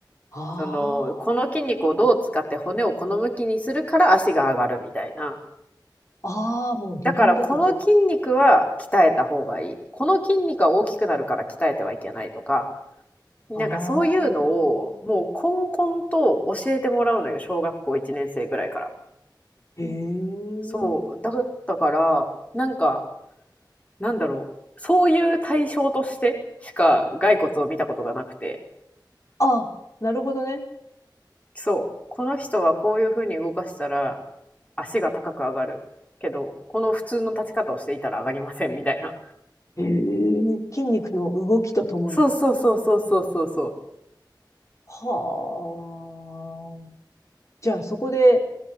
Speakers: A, on the left (about 40°); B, on the left (about 15°).
A: ああ。
B: そのこの筋肉をどう使って骨をこの向きにするから足が上がるみたいな。
A: ああ、もう理論立てて。
B: だからこの筋肉は鍛えた方がいいこの筋肉は大きくなるから鍛えてはいけないとかなんかそういうのをもうこんこんと教えてもらうのよ小学校1年生ぐらいから
A: ああ。へえ。
B: そうだったからなんかなんだろうそういう対象としてしか骸骨を見たことがなくて
A: あ、なるほどね。
B: そうこの人はこういうふうに動かしたら足が高く上がるけどこの普通の立ち方をしていたら上がりませんみたいな
A: へえ。筋肉の動きとともに。
B: そうそうそうそうそうそうそう
A: はあ。じゃあ、そこで、